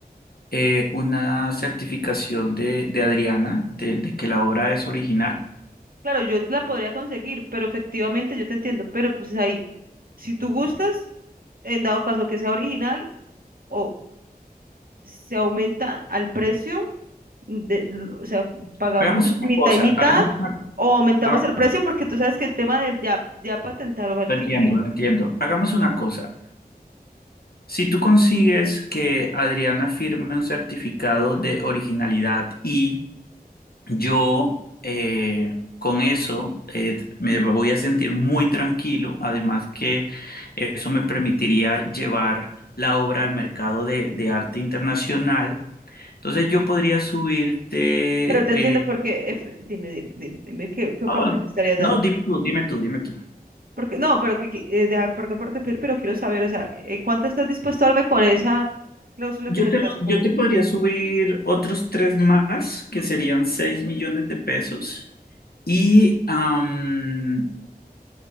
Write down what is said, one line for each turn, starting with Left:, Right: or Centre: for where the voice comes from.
Left: eh, una certificación de, de Adriana de, de que la obra es original?
Right: Claro, yo la podría conseguir, pero efectivamente yo te entiendo, pero pues ahí, si tú gustas en dado caso que sea original, o se aumenta al precio, de, lo- o sea, pagamos
Left: Hagamos una
Right: mitad
Left: cosa,
Right: y mitad,
Left: hagamos una,
Right: o aumentamos
Left: ha-
Right: el precio, porque tú sabes que el tema de ya, ya patentar o ver
Left: Lo
Right: que,
Left: entiendo,
Right: que-
Left: lo entiendo. Hagamos una cosa. Si tú consigues que Adriana firme un certificado de originalidad y yo eh, con eso eh, me voy a sentir muy tranquilo, además que eso me permitiría llevar la obra al mercado de, de arte internacional, entonces yo podría subirte...
Right: pero te entiendo
Left: eh,
Right: porque, eh, dime, dime, dime, dime qué, qué oferta
Left: oh,
Right: te estarías dando.
Left: no, dime tú, dime tú, dime tú.
Right: Porque, no, pero que, que, eh, dejar, perdón por interrumpir, pero quiero saber, o sea, eh, ¿cuánto estás dispuesto a darme con esa cláusula
Left: Yo
Right: que me
Left: te,
Right: estás
Left: lo- yo
Right: poniendo?
Left: te podría subir otros tres más, que serían 6 millones de pesos. Y am,